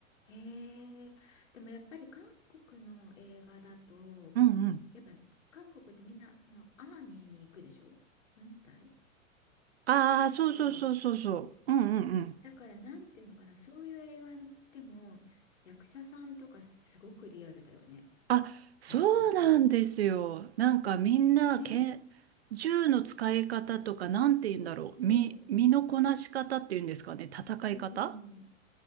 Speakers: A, on the left; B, on the right.
A: うん。へえ。でもやっぱり韓国の映画だと、
B: うんうん。
A: やっぱ韓国ってみんなそのアーミーに行くでしょ軍隊
B: ああ、そうそうそうそうそう。
A: だから
B: うんうんうん。
A: だからなんていうのかなそういう映画でも役者さんとかすごくリアルだよね
B: あ、そうなんですよ。
A: なんていうのかな
B: なんかみんなけ、
A: ね
B: 銃の使い方とか、なんて言うんだろう。
A: そ
B: 身、身のこなし方っていうんですかね。戦い方
A: ううん